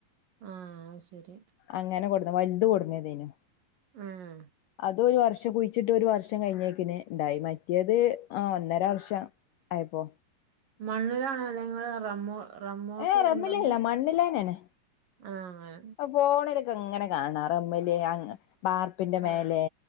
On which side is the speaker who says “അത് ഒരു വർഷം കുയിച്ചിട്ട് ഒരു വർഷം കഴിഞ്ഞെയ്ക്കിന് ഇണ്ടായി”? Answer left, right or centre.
Left